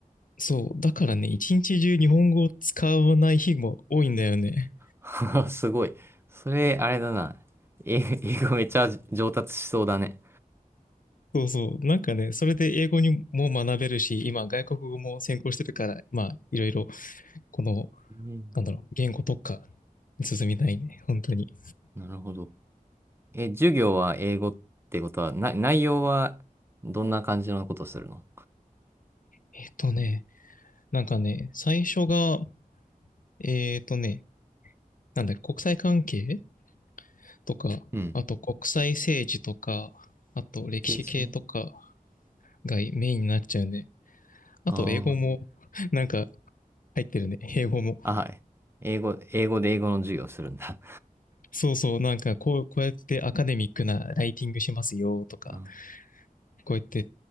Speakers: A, on the left; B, on the right.
A: そう。だからね、一日中日本語を使わない日も多いんだよね。
B: <laughs> すごい。それ、あれだな。英英語めっちゃ上達しそうだね。
A: そうそう。なんかね、それで英語にも学べるし、今外国語も専攻してるから、まあ、いろいろ、この、
B: うん
A: なんだろう、言語特化に進みたいね。本当に。
B: なるほど。え、授業は英語ってことは、な、内容はどんな感じのことするの
A: えっとね、なんかね、最初が、えっとね、なんだっけ、国際関係とか、
B: うん。
A: あと国際政治とか、あと歴史系とか
B: 政治ね。
A: がメインになっちゃうね。あと英語も、
B: あ
A: なんか入ってるね。英語も。
B: あ、あ、はい。英語、英語で英語の授業をするんだ。
A: そうそう、なんかこう、こうやってアカデミックなライティングしますよとか、
B: <laughs> あ、
A: こうやって、